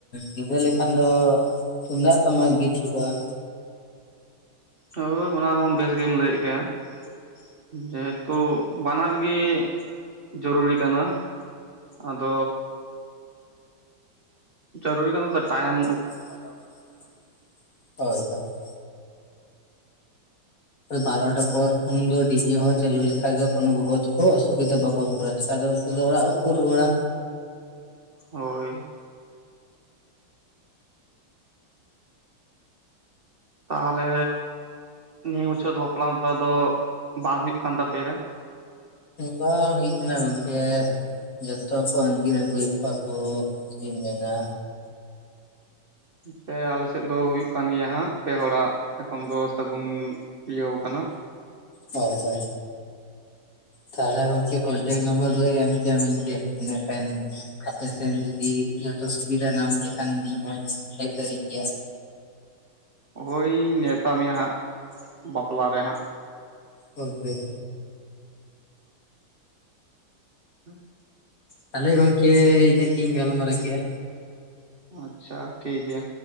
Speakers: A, on the left (about 45°); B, on the right (about 50°).
A: ᱧᱤᱫᱟᱹ ᱞᱮᱠᱷᱟᱱ ᱫᱚ ᱛᱩᱢᱫᱟᱜ ᱴᱟᱢᱟᱠ ᱜᱮ ᱴᱷᱤᱠᱚᱜ ᱟ ᱾
B: ᱦᱳᱭ, ᱚᱱᱟ ᱦᱚᱸ ᱵᱮᱥ ᱜᱮᱢ ᱞᱟᱹᱭᱮᱫ ᱜᱮᱭᱟ ᱾ ᱡᱮ ᱦᱮᱸᱛᱩ ᱵᱟᱱᱟᱨ ᱜᱮ ᱡᱚᱨᱩᱨᱤ ᱠᱟᱱᱟ, ᱟᱫᱚ ᱡᱚᱨᱩᱨᱤ ᱠᱟᱱᱟ ᱛᱚ ᱴᱟᱭᱮᱢ᱾
A: <inaudible> ᱦᱳᱭ ᱦᱳᱭ ᱾ ᱵᱟᱨᱚᱴᱟ ᱯᱚᱨ ᱠᱷᱚᱱ ᱫᱚ ᱰᱤᱡᱮ ᱦᱚᱸ ᱪᱟᱹᱞᱩ ᱞᱮᱠᱷᱟᱡ ᱫᱚ ᱠᱚᱱᱚ ᱜᱚᱜᱚ ᱛᱟᱠᱚ ᱚᱥᱩᱵᱤᱫᱟ ᱵᱟᱠᱚ ᱠᱩᱨᱟᱣᱟ, ᱪᱮᱠᱟ ᱫᱚ ᱩᱱᱠᱩ ᱫᱚ ᱚᱲᱟᱜ ᱠᱚ ᱠᱚ ᱨᱩᱣᱟᱹᱲᱟ᱾
B: ᱦᱳᱭ᱾ ᱛᱟᱦᱚᱸᱞᱮ ᱱᱤᱭᱟᱹ ᱵᱚᱪᱷᱚᱨ ᱫᱚ ᱵᱟᱯᱞᱟ ᱢᱟᱯᱞᱟ ᱫᱚ ᱵᱟᱝ ᱦᱩᱭᱩᱜ ᱠᱟᱱ ᱛᱟᱯᱮ ᱫᱟ᱾
A: ᱵᱟᱝ ᱦᱩᱭᱩᱜ ᱠᱟᱱᱟ ᱜᱚᱝᱠᱮ᱾ ᱡᱷᱚᱛᱚ ᱠᱚ ᱟᱸᱜᱤᱨ ᱟᱹᱜᱩᱭᱮᱫ ᱠᱚᱣᱟ ᱠᱚ ᱪᱮᱫ ᱮᱢ ᱢᱮᱱᱟ᱾
B: ᱯᱮ ᱟᱞᱮᱥᱮᱫ ᱫᱚ ᱦᱳᱭ ᱠᱟᱱ ᱜᱮᱭᱟ ᱦᱟᱸᱜ ᱯᱮ ᱦᱚᱲᱟᱜ ᱮᱠᱷᱚᱱ ᱫᱚ ᱥᱟᱹᱜᱩᱱ ᱤᱭᱟᱹ ᱠᱟᱱᱟ᱾
A: ᱦᱳᱭ ᱦᱳᱭ᱾ ᱛᱟᱦᱚᱸᱞᱮ ᱜᱚᱝᱠᱮ ᱠᱚᱱᱴᱮᱠ ᱱᱚᱢᱵᱟᱨ ᱫᱚ ᱮᱢ ᱠᱮᱭᱟᱢ ᱤᱧᱠᱮ ᱤᱱᱟᱹ ᱠᱷᱟᱱ ᱟᱯᱮ ᱥᱮᱱ ᱡᱩᱫᱤ ᱡᱷᱚᱛᱚ ᱥᱩᱵᱤᱫᱷᱟ ᱧᱟᱢ ᱞᱮᱠᱷᱟᱱ ᱤᱧ ᱦᱚᱧ ᱦᱮᱸᱡ ᱫᱟᱲᱮ ᱠᱮᱭᱟ᱾
B: ᱦᱳᱭᱤᱧ ᱱᱮᱶᱛᱟ ᱢᱮᱭᱟ ᱦᱟᱸᱜ ᱵᱟᱯᱞᱟ ᱨᱮ ᱦᱟᱸᱜ᱾
A: ᱦᱳᱭ ᱦᱳᱭ,
B: <unintelligible>
A: ᱛᱟᱦᱚᱸᱞᱮ ᱜᱚᱝᱠᱮ ᱤᱱᱟᱹᱜ ᱜᱤᱧ ᱜᱟᱞᱢᱟᱨᱟᱣ ᱠᱮᱫ-ᱟ
B: ᱟᱪᱪᱷᱟ ᱴᱷᱤᱠ ᱜᱮᱭᱟ᱾